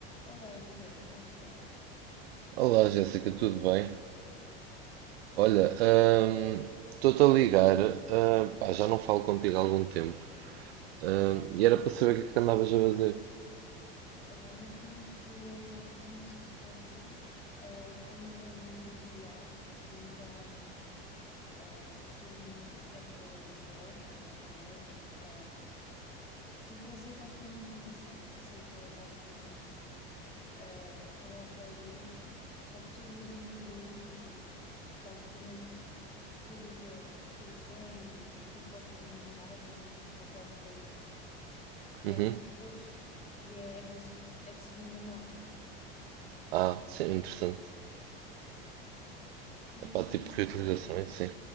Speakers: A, on the left (about 20°); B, on the right (about 80°).
A: Olá José, como é que estás?
B: Olá, Jéssica, tudo bem?
A: Yeah.
B: Olha, hum, estou-te a ligar, ah, pá, já não falo contigo há algum tempo, ah, e era para saber o que é que andavas a fazer.
A: Olha, neste momento estou, estou no sul de França, ah, candidatei-me a um voluntariado e então ah, estou num eco resort, num hotel, ahm, que o conceito acho que é muito engraçado. O conceito é basicamente ah, é um hotel de luxo, só que todas as mobílias e basicamente todas a- as decorações e tudo o que possas imaginar, até mesmo o papel de parede, É
B: Uhum.
A: vintage e é, em se- é de segunda mão,
B: Ah, sim, interessante.
A: sim. E
B: Epá, tipo
A: hum,
B: reutilizações, sim.